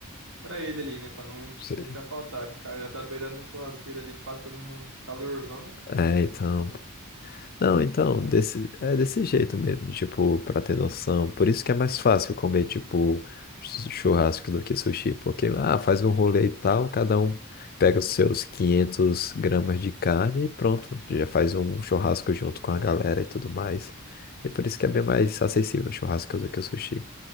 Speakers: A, on the right; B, on the left.
A: Pra ele ali, né? Pra não
B: você-
A: deixar faltar, que o cara já tá beirando a churrasqueira ali, passando num calorvão.
B: é, então.
A: Então,
B: Não, então,
A: aí,
B: desse, é desse jeito mesmo, tipo, pra ter noção. Por isso que é mais fácil comer, tipo, chu- churrasco do que sushi, porque lá faz um rolê e tal, cada um pega os seus 500 gramas de carne e pronto, já faz um churrasco junto com a galera e tudo mais. E por isso que é bem mais acessível o churrasco do que o sushi.